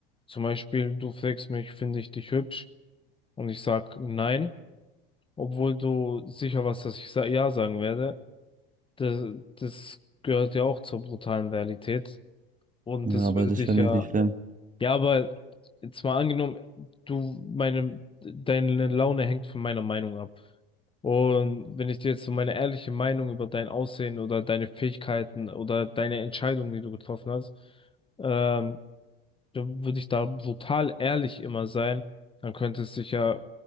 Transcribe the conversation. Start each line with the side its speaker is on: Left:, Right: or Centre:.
Left: Zum Beispiel, du fragst mich, finde ich dich hübsch? Und ich sag nein, obwohl du sicher warst, dass ich sa ja sagen werde. Das, das gehört ja auch zur brutalen Realität. Und
Right: Ja,
Left: das
Right: aber
Left: würde
Right: das
Left: dich
Right: finde
Left: ja
Right: ich nicht schlimm.
Left: ja, aber jetzt mal angenommen, du, meine, deine Laune hängt von meiner Meinung ab. Und wenn ich dir jetzt so meine ehrliche Meinung über dein Aussehen oder deine Fähigkeiten oder deine Entscheidung, die du getroffen hast, ähm, dann würde ich da brutal ehrlich immer sein, dann könnte es dich ja